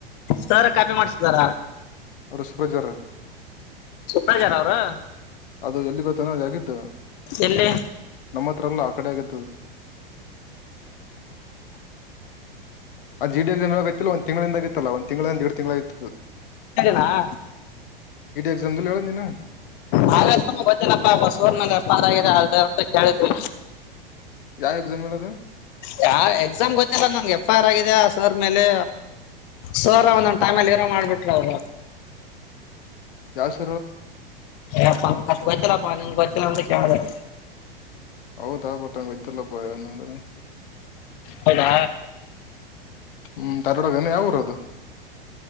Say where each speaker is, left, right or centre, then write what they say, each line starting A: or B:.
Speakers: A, on the left; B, on the left.
A: ಸರ ಕಾಪಿ ಮಾಡ್ಸಿದಾರ
B: ಋಷಭಜಾರ
A: ಸುಪ್ರಜಾರ್ ಅವರು
B: ಅದು ಎಲ್ಲಿ ಗೊತ್ತನ ಆಗಿದ್ದು
A: ಎಲ್ಲಿ
B: ನಮ್ಮತ್ರ ಅತ್ರಲ್ಲು ಆ ಕಡೆ <inaudible> ಆ ಜಿಡಿ ಜನ ಆತ್ತತ್ತು ಒಂದ ತಿಂಗಳಿಂದ ಆಗತ್ತಲ್ಲಾ ಒಂದ ತಿಂಗಳಿಂದಂದ ಎರಡ್ ತಿಂಗಂಗಳ ಆಗಿತ್ತತ್ತು
A: ನಾ <inaudible>
B: ಎಕ್ಸಾಮ್ ಹೇಳ ನೀನು
A: ಹಾಗ ಗೊತ್ತನಪ್ಪ ಬಸೂರ್ ಮೇಲೆ ಪಾರಾಗಿದೆ ಅ ಕೇಳಿದ್ರ
B: ಯಾವ ಎಕ್ಸಾಮ್ ಹೇಳದ
A: ಯ ಎಕ್ಸಾಮ್ ಗೊತ್ತಿಲ್ಲ ನಂಗೆ ಎಫ್ ಐ ಆರ್ ಆಗಿದೆ ಸರ್ ಮೇಲೆ ಸರ್ ಒಂದೊಂದು ಟೈಮ್ಲ್ಲಿ ಇರೋ ಮಾಡಿಬಿಟ್ರಅವರು
B: ಯಾವಸ್ <inaudible>
A: ಹಪ್ಪ ಕೊಚ್ಚಲ ಪ ನಿಂ ಕೊಚ್ಚಲ ಅಂತ ಕಾಲ <inaudible>
B: ಹೌದ ಆಗ್ಬಟ್ಟಂಗ ಗತ್ತಲ್ಲಪ್ಪ ಏನಂದ್ರರು
A: ಹೌದಾ
B: ಹ್ಮ್ ರವಾಡಗನೆ ಯಾವರ ಅದು